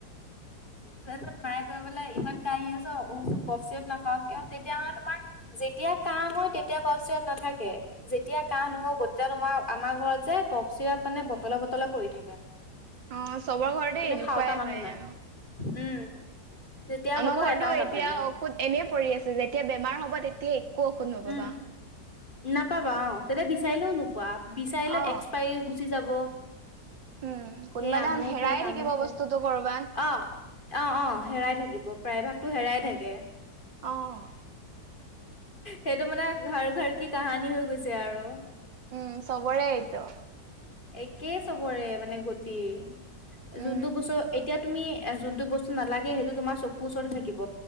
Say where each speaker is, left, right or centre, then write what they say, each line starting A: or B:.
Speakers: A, on the left (about 25°); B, on the right (about 85°).
A: তজন মায় বোলে ইমান কাঁহি আছ চপ নাখাও কিয় তেতিয়াহলে তোমাৰ যেতিয়া কাম হয় তেতিয়া কউ চৰা নাথাকে। যেতিয়া কা নহও বতিয়া তোমাৰ আমাৰ ঘৰত যে কপ চিৰাপ মানে বটল, বটলে পৰি থাকে।
B: অ, চবৰ ঘৰতে
A: কিন্তু
B: এনেকুৱাই।
A: খাওঁতা
B: হয়
A: নাই,
B: অ'।
A: উম। যেতিয়া
B: আমাৰ
A: হ'ব
B: ঘৰতো
A: এটাও নাথাকে।
B: এতিয়া ঔষধ এনেই পৰি আছে যেতিয়া বেমাৰ হ'ব তেতিয়া একো ঔষধ নপাবা।
A: উম, নাপাবা অ, তেতিয়া বিচাৰিলেও নোপোৱা বিচাৰিলে
B: অ',
A: এক্সপাইৰ গুচি যাব।
B: উম, কোনোবা
A: সেই
B: দিনাখন
A: আমু
B: হেৰাই
A: খে তামো
B: থাকিব
A: খে
B: বস্তুটো কৰ'বাত।
A: অ'। অ', অ', হেৰাই থাকিব প্ৰায় ভাগতো হেৰাই থাকে।
B: অ'।
A: সেইটো মানে ঘৰ, ঘৰ কি কাহানী হৈ গৈছে আৰু।
B: উম, সবৰে এইটো।
A: একে চবৰে মানে গতি
B: উম,
A: যোনটো বস্তু এতিয়া তুমি এ, যোনতটো বস্তু নালাগে সেইটো তোমাৰ চকুৰ ওচৰতে থাকিব।